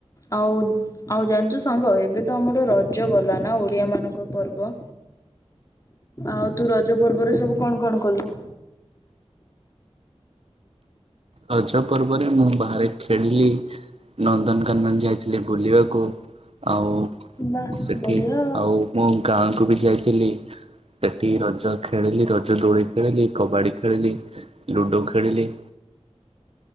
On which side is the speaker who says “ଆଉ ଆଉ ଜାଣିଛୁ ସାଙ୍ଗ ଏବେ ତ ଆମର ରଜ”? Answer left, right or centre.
Left